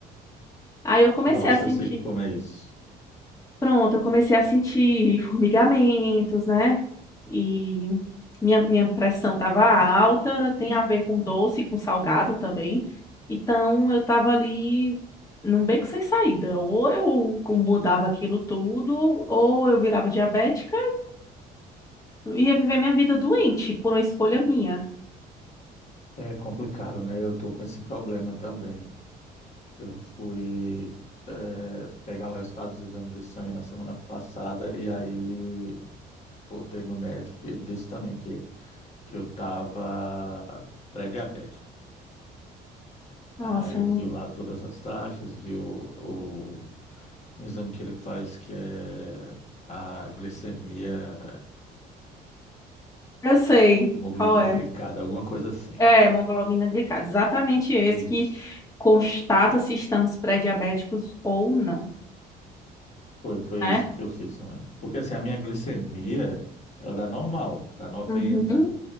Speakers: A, on the left (about 20°); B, on the left (about 40°).
A: Aí eu comecei
B: Nossa,
A: a sentir.
B: eu sei como é isso.
A: Pronto, eu comecei a sentir formigamentos, né? E minha, minha pressão estava alta, tem a ver com doce, com salgado também. Então eu estava ali num beco sem saída. Ou eu mudava aquilo tudo, ou eu virava diabética e ia viver minha vida doente por uma escolha minha.
B: É complicado, né? Eu tô com esse problema também. Eu fui é, pegar o resultado dos exames de sangue na semana passada e aí voltei no médico e ele disse também que que eu tava pré-diabético. Aí
A: Nossa,
B: ele viu lá todas as taxas, viu o, o exame que ele faz, que é a glicemia,
A: eu sei
B: hemoglobina
A: qual é.
B: glicada, alguma coisa assim.
A: É, hemoglobina glicada, exatamente esse
B: Isso.
A: que constata se estamos pré-diabéticos ou não,
B: Foi, foi
A: né?
B: esse que eu fiz também. Porque assim, a minha glicemia, ela dá normal, dá 90,
A: Uhum.